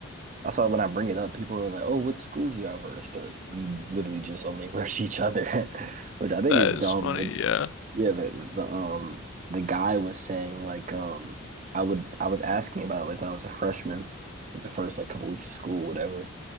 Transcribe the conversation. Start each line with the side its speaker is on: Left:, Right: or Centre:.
Right: I saw when I bring it up, people were like, "Oh, what schools you all verse?" But we literally just only <laughs> verse each other, <laughs> which I think
Left: That
Right: is That's
Left: is
Right: dumb.
Left: funny,
Right: Like,
Left: yeah.
Right: yeah, the, the um the guy was saying like um I would I was asking about it like when I was a freshman, the first like couple weeks of school, whatever,